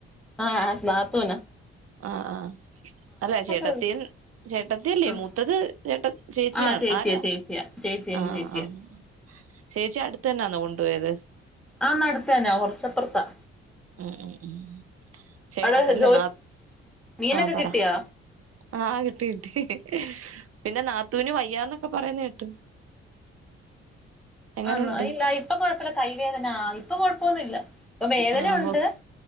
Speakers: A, in the centre; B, on the right.
A: ആഹ് നാത്തൂന
B: അഹ് ആഹ് അല്ല ചേട്ടത്തി
A: വിളിച്ചു
B: ചേട്ടത്തിയല്ലെ
A: ആഹ്
B: മൂത്തത് ചേട്ട ചേച്ചിയാണ്
A: ആഹ് ചേച്ചിയാ
B: ആരാ
A: ചേച്ചിയാ ചേച്ചി എന്റെ
B: ആഹ് ആഹ്
A: ചേച്ചിയാ
B: അഹ് ചേച്ചി അടുത്തന്നണോ കൊണ്ടോയത്
A: ആ നട്‌ത്ത്ന്നെ ഒറച്ചപ്പറത്താ
B: ഉം ഉം ഉം ചേ
A: അവിടെ
B: അ അല്ല
A: ജോലി
B: നാ
A: മീനൊക്കെ
B: ആ പറ
A: കിട്ടിയാ
B: അഹ് ആഹ് കിട്ടി കിട്ടി പിന്നെ നാത്തൂന് വയ്യാന്നക്കെ പറേന്ന കേട്ട് എങ്ങനുണ്ട്
A: വന്നു ഇല്ല ഇപ്പൊ കൊഴപ്പല്ല കൈവേദന ഇപ്പൊ കൊഴപ്പൊന്നുല്ല ഇപ്പൊ വേദന
B: ആ
A: ഉണ്ട്
B: ഹോസ്